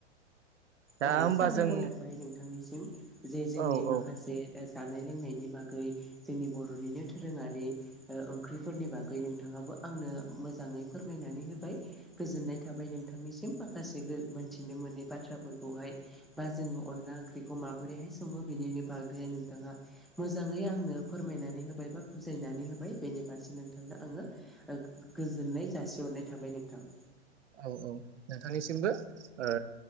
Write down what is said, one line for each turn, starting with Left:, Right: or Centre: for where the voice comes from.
Right: दा
Centre: औ
Right: होमबा
Centre: साबायखर
Right: जों
Centre: थाबाय नोंथांनिसिम जे जोंनि
Right: औ औ
Centre: माखासे ए जानाय लोंनायनि बागै जोंनि बर'निनो दोरोङारि ओ ओंख्रिफोरनि बागै नोंथाङाबो आंनो मोजाङै फोरमायनानै होबाय। गोजोननाय थाबाय नोंथांनिसिम माखासे गो मोनथिनो मोनै बाथ्राफोर खौहाय बा जोङो अनला ओंख्रिखौ माबोरैहाय सङो बेनिनो बागै नोंथाङा मोजाङै आंनो फोरमायनानै होबाय बा बुजायनानै होबाय बेनि फारसे नोंथांनो आङो। ओ गोजोननाय जासिहरनाय थाबाय नोंथां
Right: औ औ नोंथांनिसिमबो ओ